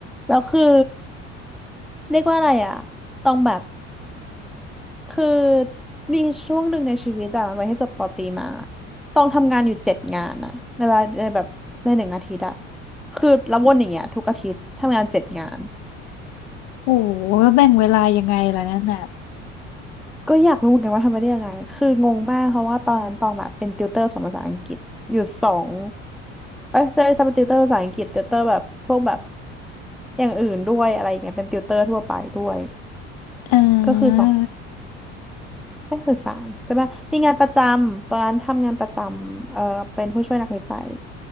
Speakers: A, in the centre; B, on the left (about 65°).
A: แล้วคือ เรียกว่าอะไรอ่ะต้องแบบคือมีช่วงหนึ่งในชีวิตอะหลังจากที่จบปอตรีมาต้องทำงานอยู่เจ็ดงานอะในเวลาในแบบในหนึ่งอาทิตย์อะคือแล้ววนอย่างเงี้ยทุกอาทิตย์ทำงานเจ็ดงาน
B: โอ้โหแบ่งเวลายังไงล่ะนั่นน่ะ
A: ก็อยากรู้เหมือนกันว่าทำไปได้ยังไงคืองงมากเพราะว่าตอนนั้นตองแบบเป็นติวเตอร์สอนภาษาอังกฤษอยู่สองเอ้ยใช่ใช่เป็นติวเตอร์ภาษาอังกฤษติวเตอร์แบบพวกแบบอย่างอื่นด้วยอะไรอย่างเงี้ยเป็นติวเตอร์ทั่วไปด้วย
B: เ
A: ก็คือสอง
B: ออ
A: นักศึกษามจะมามีงานประจำตอนนั้นทำงานประจำเอ่อเป็นผู้ช่วยนักวิจัย